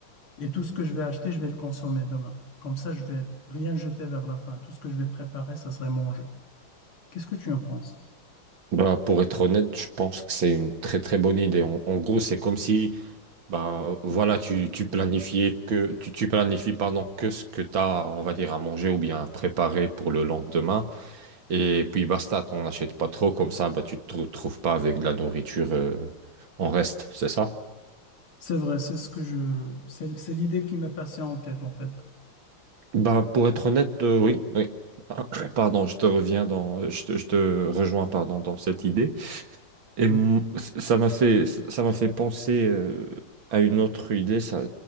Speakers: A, on the left; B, on the right.
A: Et tout ce que je vais acheter, je vais le consommer demain. Comme ça, je vais rien jeter vers la fin. Tout ce que je vais préparer, ça serait manger. Qu'est-ce que tu en penses?
B: Bah, pour être honnête, je pense que c'est une très très bonne idée. En, en gros, c'est comme si Ben, voilà, tu, tu planifiais que tu, tu planifies pardon, que ce que tu as, on va dire, à manger ou bien à préparer pour le lendemain. Et puis basta, t'en achètes pas trop, comme ça, ben, tu te retrouves pas avec de la nourriture euh, en reste, c'est ça?
A: C'est vrai, c'est ce que je, c'est, c'est l'idée qui m'est passée en tête, en fait.
B: Ben, pour être honnête, euh, oui, oui. <coughs> Ah, <clears throat> Pardon, je te reviens dans, je te, je te rejoins pardon, dans cette idée. Et m-
A: Oui,
B: ça m'a fait, ça m'a fait penser euh, à une autre idée. Ça,